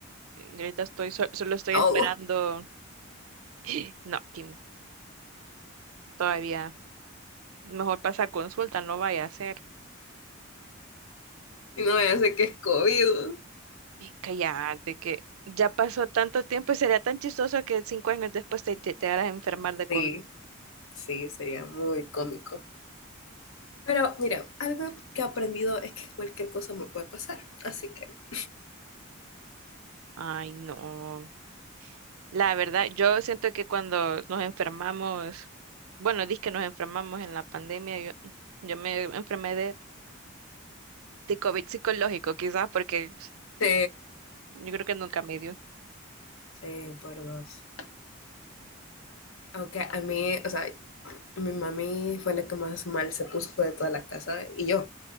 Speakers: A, on the right; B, on the left.
A: y ahorita estoy, so- solo estoy
B: me ahogo.
A: esperando, <clears throat> no, Kim, todavía. Mejor pasa a consulta, no vaya a ser.
B: Y no ya sé que es COVID.
A: Cállate, que ya pasó tanto tiempo y sería tan chistoso que cinco años después te, te, te hagas enfermar de
B: Sí,
A: COVID.
B: sí, sería muy cómico. Pero mira, algo que he aprendido es que cualquier cosa me puede pasar. Así que,
A: Ay, no. La verdad, yo siento que cuando nos enfermamos, bueno, dis que nos enfermamos en la pandemia, yo, yo me enfermé de, de COVID psicológico, quizás porque
B: sí,
A: yo creo que nunca me dio.
B: sí, por dos. Aunque a mí, o sea, mi mami fue la que más mal se puso de toda la casa y yo.